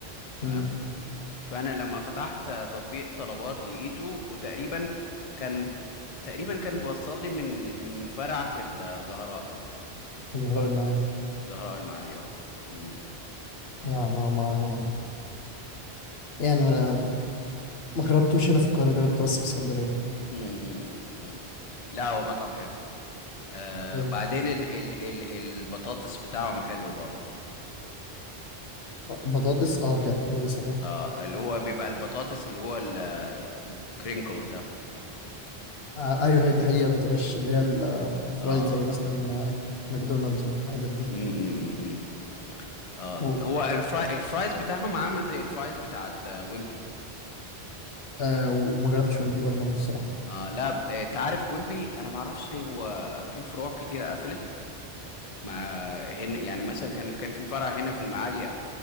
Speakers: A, on the left; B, on the left.
A: تمام
B: امم
A: فانا لما فتحت آه، تطبيق طلبات لقيته وتقريبا كان تقريبا كان بيوصل لي من من فرع في الزهراء
B: زهراء المعادي
A: في زهراء المعادي اه مم.
B: لا ما ما يعني ما ما جربتوش هنا في القاهرة جربته بس في اسكندرية
A: امم امم لا هو مطعم حلو آه
B: إيه،
A: بعدين ال ال ال البطاطس بتاعهم حلو برضو
B: بطاطس اه كانت كويسة برضه
A: آه اللي هو بيبقى البطاطس اللي هو الكرينكل ده
B: آه ايوه هي دي حقيقة ما بتبقاش اللي هي الفرايد
A: اه
B: زي مثلا آه، ماكدونالدز والحاجات دي
A: امم اه
B: و...
A: هو الفراي الفرايز بتاعهم عامل زي الفرايز بتاعت آه ويمبي
B: آه وما جربتش ويمبي ولا مرة الصراحة
A: اه لا ب- آه تعرف ويمبي انا ما اعرفش ليه هو في فروع كتيره قفلت ما هنا يعني مثلا كان كان في فرع هنا في المعادي